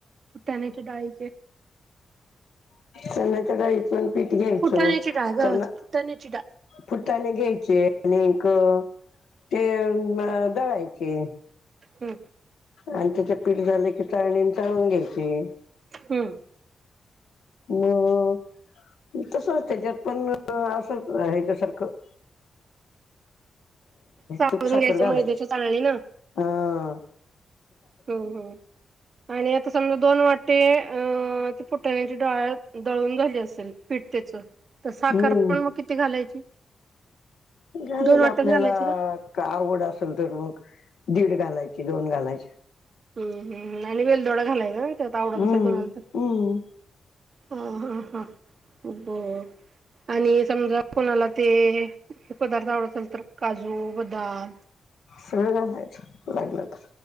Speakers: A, on the right (about 40°); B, on the left (about 70°).
A: फुटाण्याच्या डाळीचे
B: चन्याच्या डाळीच पीठ घ्यायचं
A: फुटाण्याची डाळ गव्हाची
B: त्यांना
A: फुटाण्याची डाळ
B: फुट्टाने घ्यायचे आणिकं ते दळायचे.
A: हम्म
B: आणि त्याचे पीठ झाले की चाळणीन चाळून घ्यायचे.
A: हम्म
B: म तसच त्याच्यात पण असंचं हेच्यासारखं
A: चाळून
B: तुपसाखर
A: घ्यायचं
B: घालायची
A: मैद्याच्या चाळणीनं
B: ह
A: हम्म हम्म. आणि आता समजा, दोन वाटे, अं फुटण्याची डाळ दळून झाली असेल, पिठतेच तर साखर
B: हम्म
A: पण म किती घालायची.
B: घालायचे
A: दोन वाट्यात
B: आपल्याला
A: घालायची का?
B: आवड असेल तर मग दीड घालायची, दोन घालायच्या.
A: हम्म हम्म, आणि वेलदोडा घालाय ना त्यात, आवडत
B: हम्म
A: असेल कोणाल तर.
B: हम्म
A: ह हां हां ब आणि समजा, कोणाला ते पदार्थ आवडत असल तर, काजू, बदाम,
B: सगळं घालायचं, लागलं तर.